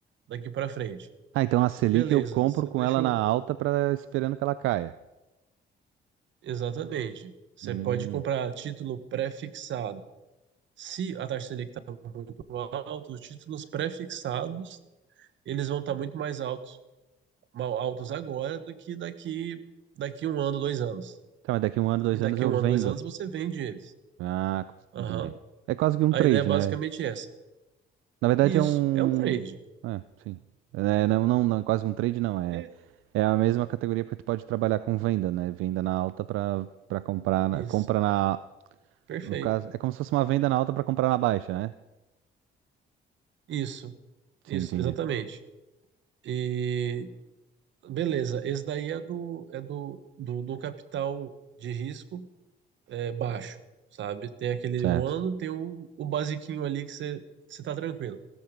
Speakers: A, on the right; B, on the right.
A: daqui para frente.
B: Ah, então a Selic
A: Beleza,
B: eu compro
A: você
B: com
A: deixou.
B: ela na alta para esperando que ela caia.
A: Exatamente. Você
B: Hum.
A: pode comprar título pré-fixado. Se a taxa Selic está muito alta, os títulos pré-fixados eles vão estar muito mais altos, mal altos agora do que daqui daqui um ano, dois anos.
B: Então, mas daqui um ano, dois
A: E daqui
B: anos eu
A: um
B: vendo.
A: ano, dois anos você vende eles.
B: Ah,
A: Aham.
B: entendi. É quase que um
A: A
B: trade,
A: ideia é basicamente
B: né?
A: é essa.
B: Na verdade
A: Isso,
B: é um.
A: é um trade.
B: É, sim. É, né, não, não, não, quase um trade não. É,
A: É,
B: é a mesma categoria porque tu pode trabalhar com venda, né? Venda na alta pra, pra comprar. Na,
A: isso,
B: compra na.
A: perfeito.
B: No caso, é como se fosse uma venda na alta pra comprar na baixa, né?
A: Isso.
B: Sim,
A: Isso,
B: entendi.
A: exatamente. E beleza, esse daí é do é do, do, do capital de risco é, baixo, sabe? Tem aquele
B: Certo.
A: um ano, tem o, o basiquinho ali que você você tá tranquilo.